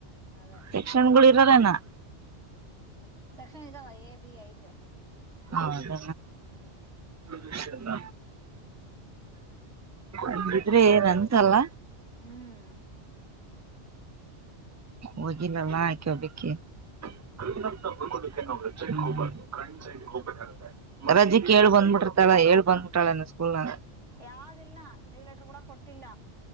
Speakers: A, on the right; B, on the right.
A: ಅದೇ
B: ಣ <unintelligible> <inaudible>
A: ಸೆಕ್ಷನ್ ಇದಾವ ಎ ಬಿ ಐತೆ
B: ಹ್ಮ್
A: ಹ್ಮ್
B: <inaudible> ಅಂಗಿದ್ರೆ ಏನ್ ಅನ್ಸಲ್ಲ
A: ಹ್ಮ್
B: ಹೋಗಿಲ್ಲ ನಾ <unintelligible> ಆಕಬೇಕಕ್ಕೆ <unintelligible>
A: ಹ್ಮ್
B: ಕಕ್ಕೆ ನವುೈ ಹೋಗಬಾರ್ದು ಕಂಡ್ ಹೋಗ್ಬೇಕಾಗುತ್ತೆ ರಜೆಕ್ ಹೆಳ್ ಹೇಳ್ಬಬನ್ಬಿಟ್ಟಿರ್ತಿಳ ಹೇಳ್ಬನ್ಬಿಟ್ಟಾಳ ಸ್ಕೂಲ್ ನಾಗ
A: ಯಾವಿಲ್ಲ ಲೀವ್ ಲೆಟರ್ ಕೂಡ ಕೊಟ್ಟಿಲ್ಲ